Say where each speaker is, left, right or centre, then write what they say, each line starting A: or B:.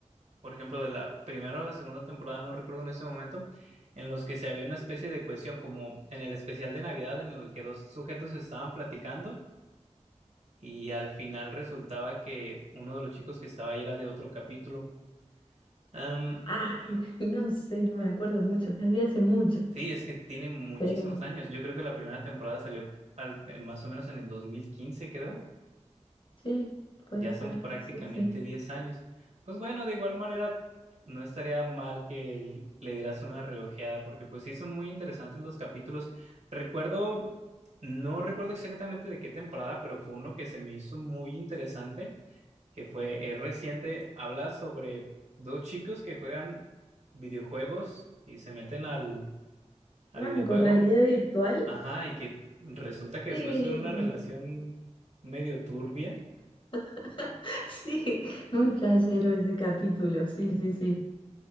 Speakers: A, on the right (about 70°); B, on the left (about 45°).
A: por ejemplo, de la primera o la segunda temporada, no recuerdo en este momento, en los que se había una especie de cohesión, como en el especial de Navidad, en el que dos sujetos estaban platicando y al final resultaba que uno de los chicos que estaba ahí era de otro capítulo. Am,
B: Ay, <laughs> no sé, no me acuerdo mucho, la vi hace mucho,
A: sí, es que tiene muchísimos
B: pero
A: años. Yo creo que la primera temporada salió al- eh, más o menos en el 2015, creo.
B: sí, puede
A: Ya
B: ser,
A: son prácticamente
B: sí, sí.
A: 10 años. Pues bueno, de igual manera, no estaría mal que l- le dieras una reojeada, porque pues sí son muy interesantes los capítulos. Recuerdo, no recuerdo exactamente de qué temporada, pero fue uno que se me hizo muy interesante, que fue, es reciente, habla sobre dos chicos que juegan videojuegos y se meten al, al
B: Ah,
A: videojuego.
B: ¿con realidad virtual?
A: Ajá, y que resulta que
B: Sí,
A: después tuvieron una relación medio turbia.
B: <laughs> sí, muy placero ese capítulo, sí, sí, sí.